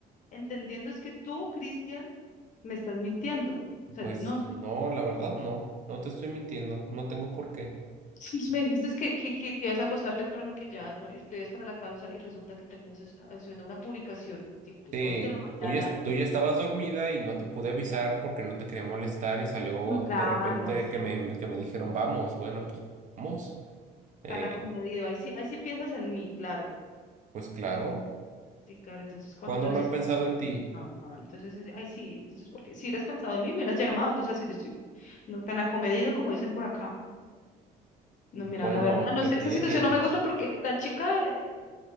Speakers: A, on the left; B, on the right.
A: entendiendo es que tú, Cristian, me estás mintiendo. O sea,
B: pues
A: no,
B: no, la verdad no, no te estoy mintiendo, no tengo por qué.
A: si me dijiste que, que, que te ibas a acostar temprano, que ya no te ibas para la casa y resulta que terminas es- haciendo una publicación tipo
B: Sí,
A: dos de la mañana
B: tú ya, tú ya estabas dormida y no te pude avisar porque no te quería molestar y salió
A: No, claro,
B: de repente
A: ahí sí,
B: que me, que me dijeron, vamos, bueno, pues vamos. Eh,
A: tan acomedido, ahí sí, ahí sí piensas en mí, claro,
B: pues claro,
A: sí, claro, entonces cuando
B: cuando
A: tú necesitas,
B: no he pensado en ti?
A: no, no, entonces, es- ahí sí, entonces, porque si hubieras pensado en mí, me hubieras llamado, tú sabes que yo estoy no tan acomedido como dicen por acá, no, mira,
B: Bueno,
A: la verdad, no
B: ¿qué
A: sé,
B: tiene?
A: esta situación no me gusta porque la chica eh,